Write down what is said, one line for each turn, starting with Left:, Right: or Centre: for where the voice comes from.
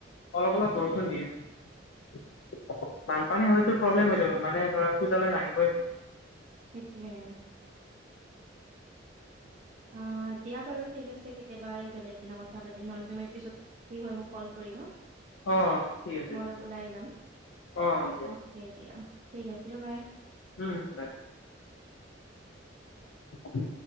Left: অলপ অলপ বৰষুণ দিয়ে। বানপানী হ'লেতো প্ৰব্লেম হৈ যাব, মানে ধৰা পূজালৈ নাহিবই।
Right: সেইটোৱে। অ', দিয়া বাৰু। ঠিক আছে কেতিয়াবা আৰু বেলেগ দিনা কথা পাতিম নহ'লে, তুমি পিছত- ফ্ৰী হয় মোক কল কৰিবা।
Left: অ', ঠিক আছে।
Right: মই অলপ ওলাই যাম।
Left: অ দিয়া
Right: অকে দিয়া, ঠিক আছে বাই বাই।
Left: উম বাই উম